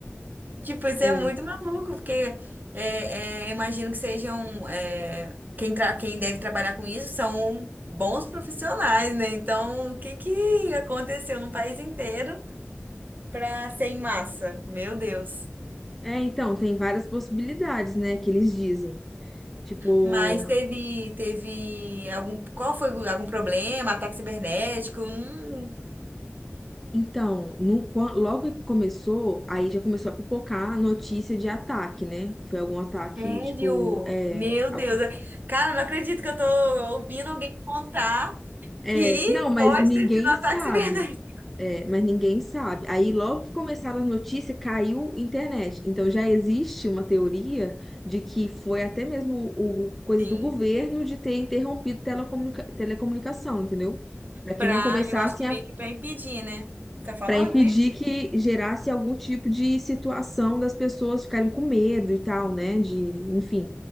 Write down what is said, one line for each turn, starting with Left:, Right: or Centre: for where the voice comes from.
Right: Tipo, isso
Centre: É,
Right: é muito maluco, porque é, é, imagino que sejam. é, quem, tra- quem deve trabalhar com isso são bons profissionais, né? Então, o que que aconteceu no país inteiro para ser em massa? Meu Deus.
Centre: é, então, tem várias possibilidades, né, que eles dizem. Tipo,
Right: Mas teve, teve algum. Qual foi o- algum problema? Ataque cibernético? Hum,
Centre: Então, no quan- logo que começou, aí já começou a pipocar a notícia de ataque, né? Foi algum ataque,
Right: sério?
Centre: tipo, é,
Right: Meu
Centre: al-
Right: Deus. Cara, não acredito que eu tô ouvindo alguém contar
Centre: é,
Right: que
Centre: não, mas
Right: pode
Centre: ninguém
Right: ter sido um ataque
Centre: sabe.
Right: <laughs> cibernético.
Centre: É, mas ninguém sabe. Aí logo que começaram a notícia, caiu internet. Então já existe uma teoria de que foi até mesmo o coisa
Right: Sim.
Centre: do governo de ter interrompido telecomunica telecomunicação, entendeu? Para que
Right: Pra,
Centre: não É, começassem
Right: eu acho que meio que pra impedir, né? Você tá falando
Centre: para impedir
Right: isso?
Centre: que gerasse algum tipo de situação das pessoas ficarem com medo e tal, né? De, enfim.